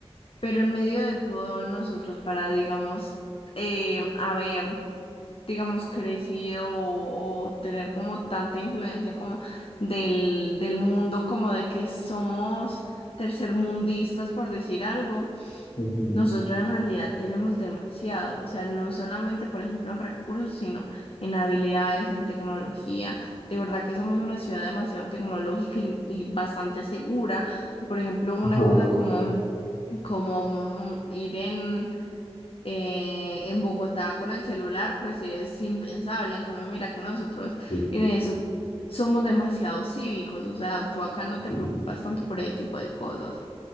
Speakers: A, on the left (about 60°); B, on the left (about 85°).
A: pero en medio de todo nosotros para, digamos, eh, a ver. digamos, crecido o, o tener como tanta influencia como del, del mundo, como de que somos tercermundistas, por decir algo,
B: ujú.
A: nosotros en realidad tenemos demasiado, o sea, no solamente, por ejemplo, en recursos, sino en habilidades, en tecnología. De verdad que somos una ciudad demasiado tecnológica y, y bastante segura. Por ejemplo, una
B: Ajá.
A: cosa como, como mm, ir en eh, en Bogotá con el celular, pues es impensable. En cambio, mira que nosotros
B: Sí,
A: en eso somos demasiado cívicos, o sea, tú acá no te
B: sí.
A: preocupas tanto por ese tipo de cosas.